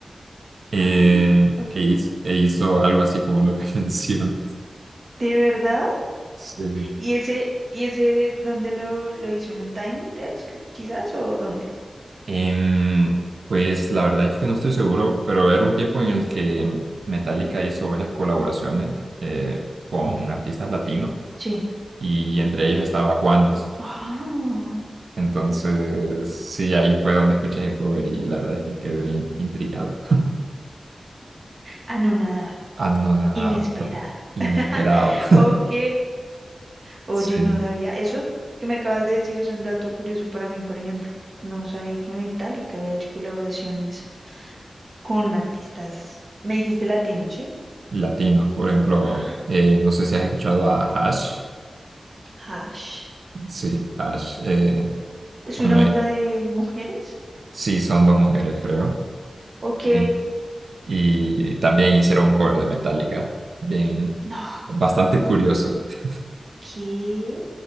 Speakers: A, on the right; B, on the right.
A: eh,
B: Ah, ok.
A: e, hizo, e hizo algo así como lo que <laughs> mencionas.
B: ¿De verdad?
A: Sí.
B: ¿Y ese, y ese dónde lo, lo hizo? ¿En un Tiny Desk, quizás? ¿O dónde?
A: Em, pues la verdad es que no estoy seguro, pero era un tiempo en el que Metallica hizo varias colaboraciones eh, con artistas latinos
B: Sí.
A: y entre ellos estaba Juanes.
B: Oh,
A: Entonces, sí, ahí fue donde escuché el cover y la verdad es que quedé bien intrigado.
B: anonadado
A: Anonadado,
B: Inesperado.
A: claro. Inesperado.
B: <laughs>
A: <laughs>
B: Ok. Oye,
A: Sí.
B: no sabía. Eso que me acabas de decir es un dato curioso para mí, por ejemplo. No sabía que Metallica había hecho colaboraciones con artistas. Me dijiste latino, ¿sí?
A: Latinos, por ejemplo,
B: <gasps>
A: eh, no sé si has escuchado a Hash.
B: Ah, Hash.
A: Sí, Hash. eh,
B: ¿Es
A: bueno,
B: una banda
A: eh,
B: de mujeres?
A: sí, son dos mujeres, creo.
B: Ok.
A: Sí. Y también hicieron un cover de Metallica. Bien,
B: No.
A: bastante curioso. <laughs>
B: ¿Qué?